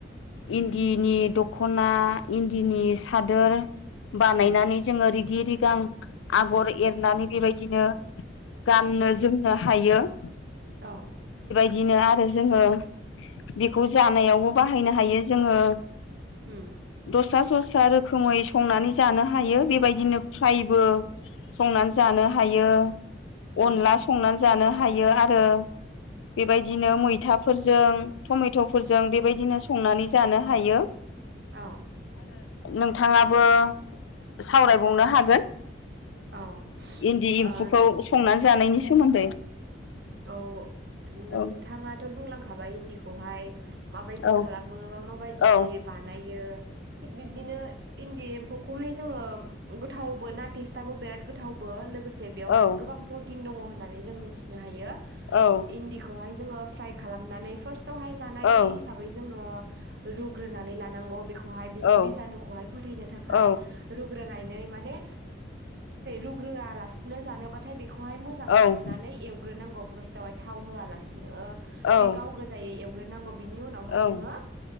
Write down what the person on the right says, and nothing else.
उम
औ ।
उम्म।
उम
औ ।
औ
ओ
औ नोंथाङाथ
बुंलां खाबाय इन्दिखौहाय माबायदि
खालामो बा माबायदि
बानायो थिग बिब्दिनो इन्दि एम्फौखौहाय जोंङो गोथावबो ना टिस्टाबो बिराद गोथावबो लोग गोसे बेवहाय
गोबां प्रटिन दङ होननानै जों मिथि यो
इन्दिखौ बेवहाय जोंङो फ्राइ खालामनानै फार्स्ट आवहाय जानाय
हिसाबै जोंङो रुग्रोनानै लानांगौ बेखौ बिनि
बिजानुखौहाय फोथैनो थाखाय
रुग्रोनाय नै माने रुग्रोआलासिनो जानोबाथाय बे बेखौहाय मोजाङै
सुनानै हग्रोनांग फार्स्टआवहाय थाव होआलासे
बे गाव गोजायै ग्रोनांगौ बेनि उनावहाय
नोङो